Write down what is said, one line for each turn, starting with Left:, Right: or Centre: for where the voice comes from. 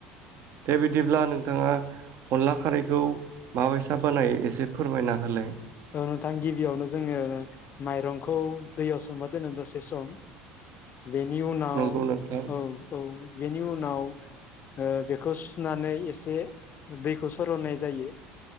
Right: दे बिदिब्ला नोंथाङा अनला खारैखौ माबायसा बानायायो एसे फोरमायना होलाय
Left: औ नोंथां गिबियावनो जोङो माइरंखौ दैयाव सोमना दोनो दसे सम बेनि उनाव
Right: नंगौ नोंथां
Left: औ औ बेनि उनाव ओ बेखौ सुनानै एसे दैखौ सरनाय जायो